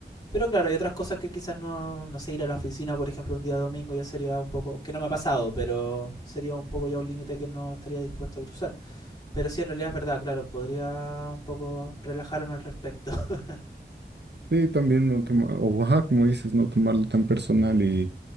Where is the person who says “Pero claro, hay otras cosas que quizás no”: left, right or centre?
Left